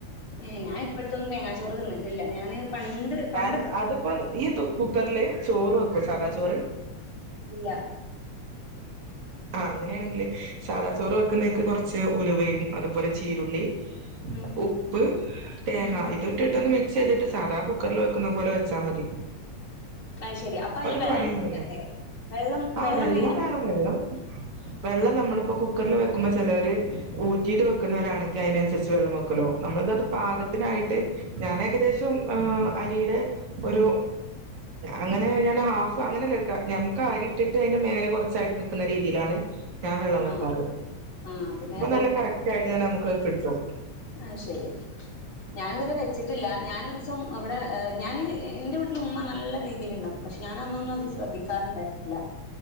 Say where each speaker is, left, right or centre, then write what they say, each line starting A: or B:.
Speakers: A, on the left; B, on the right.
A: ങേ ഞാൻ ഇപ്പഴത്തൊന്നും തേങ്ങാച്ചോറ് തിന്നിട്ടില്ല ഞാന് പണ്ട് പണ്ടൊക്കെ
B: കാരണം അതിപ്പോ ഈ കുക്കറില് ചോറ് വെക്കും സാദാ ചോറ്
A: ഇല്ല
B: ആ അങ്ങനെയാണെങ്കിൽ സാദാ ചോറ് വെക്കുന്നതേക്കെ കുറച്ച് ഉലുവയും അതുപോലെ ചീരുള്ളി
A: ഉം
B: ഉപ്പ് തേങ്ങ
A: ഉം
B: ഇത് ഇട്ടിട്ടോ ന്ന് മിക്സ് ചെയ്തിട്ട് സാദാ കുക്കറിൽ വെക്കുന്ന പോലെ വെച്ചാൽ മതി
A: അ ശെരി അപ്പൊ അതില്
B: ഒരു
A: വെള്ളം
B: പണിയുല്ല
A: വെ ക്കണ്ടേ വെള്ളം
B: ആഹ്
A: വെള്ളം എങ്ങനെ
B: വേണം വെള്ളം വെള്ളം നമ്മളിപ്പോ കുക്കറിൽ വെക്കുമ്പോൾ ചിലര് ഊറ്റിട്ട് വെക്കുന്നവരാണെങ്ക അതിനനുസരിച്ച് വെള്ളം വെക്കും ലോ നമ്മള ക്ക ത് പാകത്തിനായിട്ട്
A: വെ
B: ഞാൻ ഏകദേശം ഏ അരിയുടെ ഒരു അങ്ങനെ ഞാൻ ഹാഫ് അങ്ങനെല്ലേ എടുക്കാ ഞമ്മക്ക് ആരി
A: ഉം
B: ഇട്ടിട്ട്
A: ഉം
B: അതിന്റെ മേന കുറച്ചായിട്ട് നി ക്കുന്ന രീതിയിലാണ് ഞാൻ വെള്ളം വെക്കാറ്
A: ആഹ് ആഹ് പിന്നെ
B: അപ്പൊ
A: വീട്ടില്
B: നല്ല കറക്റ്റ് ആയിട്ട് തന്നെ നമുക്ക് കിട്ടും
A: ആ ശരി ഞാാനിതുരെ വെച്ചിട്ട് ഇല്ല ഞാനൊ ഒരു ദസം അവിടെ ഞാന് എന്റെ വീട്ടിൽ ഉമ്മ നല്ല രീതിയിൽ ഉണ്ടാക്കും പക്ഷെ ഞാൻ അന്നൊന്ന അത് ശ്രദ്ധിക്കാറുണ്ടായിരുന്നില്ല